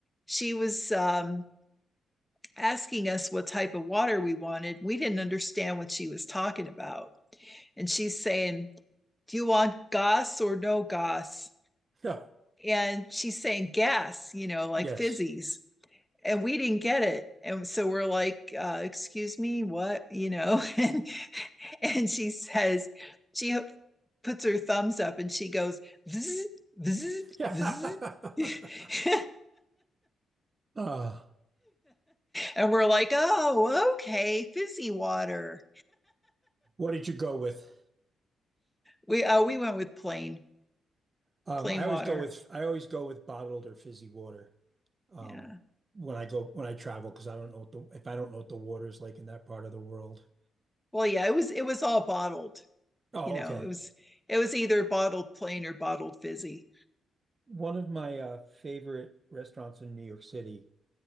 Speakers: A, in the centre; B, on the right (about 40°).
A: she was um, asking us what type of water we wanted, we didn't understand what she was talking about. And she's saying, Do you want gas or no gas?
B: Yeah.
A: And she's saying gas, you know, like
B: Yes.
A: fizzies. And we didn't get it. And so we're like, uh, Excuse me, what? You know, <laughs> and, and she says, She puts her thumbs up and she goes, vzz, vzz,
B: <laughs> Yeah.
A: vzz. <laughs>
B: Uh,
A: and we're like, oh, okay, fizzy water.
B: what did you go with?
A: We uh, we went with plain
B: Um,
A: plain
B: I always
A: water.
B: go with I always go with bottled or fizzy water. Um,
A: Yeah.
B: when I go when I travel because I don't know what the if I don't know what the water is like in that part of the world.
A: Well, yeah, it was it was all bottled.
B: Oh,
A: You know,
B: okay.
A: it was it was either bottled plain or bottled fizzy.
B: One of my uh, favorite restaurants in New York City,